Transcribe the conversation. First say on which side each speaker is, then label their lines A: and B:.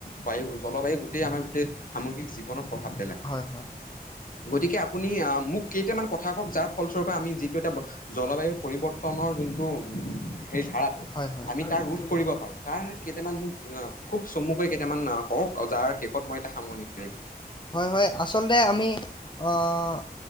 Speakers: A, on the left (about 55°); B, on the left (about 30°).
A: বায়ু জলবায়ু গোটেই আমাৰ গোটেই সামগ্ৰিক জীৱনত প্ৰভাৱ পেলায়।
B: হয় হয়
A: গতিকে আপুনি মোক কেইটামান কথা কওক, যাৰ ফলস্বৰূপে আমি যিটো এটা জলবায়ুৰ পৰিৱৰ্তনৰ যোনটো হেই ধাৰাটো
B: হয় হয়
A: আমি তাৰ ৰোধ কৰিব পাৰোঁ তাৰ কেইটামান মোক অ চমুকৈ কেইটামান কওক, যাৰ শেষত মই এটা মাৰিম।
B: হয় হয় আচলতে আমি অহ